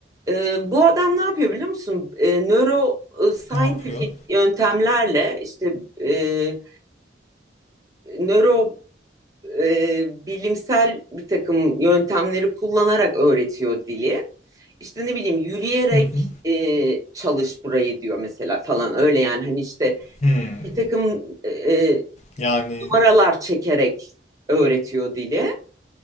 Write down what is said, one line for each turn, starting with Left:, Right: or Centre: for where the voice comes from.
Right: Ee, bu adam ne yapıyor biliyor musun? Ee, nöro e, scientific
Left: Ne yapıyor?
Right: yöntemlerle işte e, nöro e, bilimsel bir takım yöntemleri kullanarak öğretiyor dili. İşte ne bileyim yürüyerek
Left: Hı hı.
Right: e, çalış burayı diyor mesela falan öyle yani hani işte
Left: Hmm.
Right: bir takım e, e,
Left: Yani
Right: numaralar çekerek öğretiyor dili.